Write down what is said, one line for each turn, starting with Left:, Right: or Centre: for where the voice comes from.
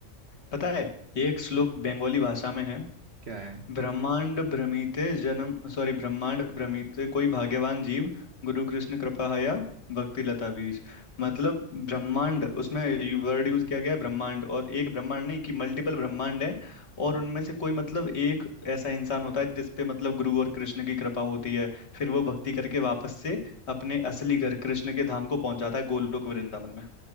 Left: पता है एक श्लोक बंगाली भाषा में है
Right: क्या है
Left: ब्रह्मांड भ्रमिते जन्म सॉरी ब्रह्मांड भ्रमिते कोई भाग्यवान जीव गुरु कृष्ण कृपा हया भक्ति लता बीज मतलब ब्रह्मांड उसमें यू- वर्ड यूज किया गया है ब्रह्मांड और एक ब्रह्मांड नहीं कि मल्टीपल ब्रह्मांड है और
Right: हम्म,
Left: उनमें से कोई मतलब एक ऐसा इंसान होता है जिसपे मतलब गुरु और कृष्ण की कृपा होती है फिर वो भक्ति करके वापस से अपने असली घर कृष्ण के धाम को पहुंच जाता है गोलोक वृंदावन में